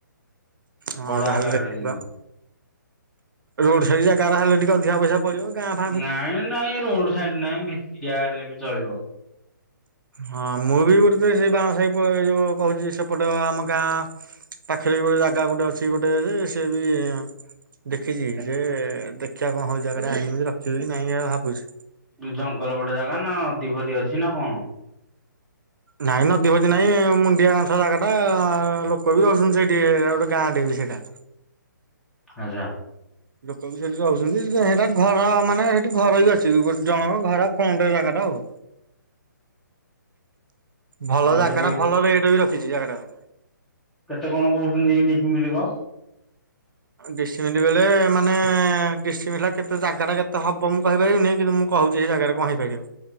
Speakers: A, on the right; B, in the centre.
A: ହଁ
B: ବଡ
A: ତାହାଲେ
B: ଆକାରରେ
A: ଦେଖିଜିବା।
B: ଯେମିତି
A: ରୋଡ ସାଇଜ ଯାଗା ରା ହେଲେ ଟିକେ ଅଧିକା ପଇସା। ପଳିବ ଗାଁ ଫା
B: ନାଇଁ ନାଇଁ ରୋଡ ସାଇଡ ନାଇଁ ଭିତରଆ ହେଲେ ବି ଚଳିବ।
A: ହଁ ମୁଁ ବି ଗୋଟେ ଥର ସେଇ ବାଣ ସାହି ଯୋଉ କହୁଛି ସେପଟେ ଆମ ଗାଁ ପାଖରେ ବି ଗୋଟେ ଜାଗା ଗୋଟେ ଅଛି ଗୋଟେ ସେ ବି ଦେଖିଛି ଯେ ଦେଖିବା କଣ ହଉ ଜାଗାଟା ଆଣି ରଖି ନାଇଁ ଭାବୁଛି।
B: ଜଙ୍ଗଲ ଗୋଟେ ଜାଗା ନା ନଦୀ ଫଦୀ ଅଛି ନା କଣ?
A: ନାଇଁ ନଦୀ ଫଦି ନାଇଁ ମୁଣ୍ଡିଆ ଅଂଶ ଜାଗା ଟା ଲୋକ ବି ରହୁଛନ୍ତି ସେଇଠି ଗୋଟେ ଗାଁ ଟେ ବି ସେଇଟା।
B: ଆଚ୍ଛା।
A: ଲୋକ ବି ସେଠି ରହୁଉଛନ୍ତି। ସେଟା ଘର ମାନେ ସେଠି ଘର ବି ଅଛି ଗୋଟେ ଜଣଙ୍କ ଘର ଫ୍ରଣ୍ଟ ଜାଗା ଟା ଆଉ। ଭଲ
B: ଆଉ
A: ଜାଗା
B: ସେଠି
A: ଟା ଭଲ ରେଟ ବି ରଖିଛି ଜାଗା ଟା ର।
B: କେତେ କଣ କହୁଛନ୍ତି ଏଇ ନେଇ ମିଳିବ?
A: ଡିସିମିଲି ବେଳେ ମାନେ ଡିସିମିଲି କେତେ ଜାଗା ଟା କେତେ ହବ ମୁଁ କହିପାରିବିନି କିୁନ୍ତୁ ମୁଁ କହୁଛି ସେ ଜାଗାରେ କଣ ହେଇପାରିବ